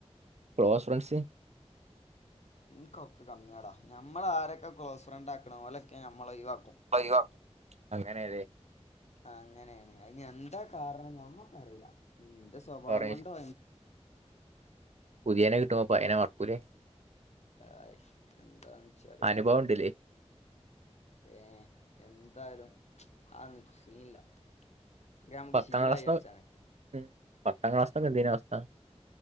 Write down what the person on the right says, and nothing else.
ക്ലോസ് ഫ്രെണ്ട്സ്
ഒഴിവാ അങ്ങനെയല്ലേ
പറഞ്ഞ
പുതിയനെ കിട്ടുമ്പം പയേനെ മറക്കൂലേ
അനുഭവം ഉണ്ടല്ലേ
പത്താം
ക്ലാസ്ന്ന്
ഉം പത്താം ക്ലാസ്സ്തക്കെ എന്തേനി അവസ്ഥ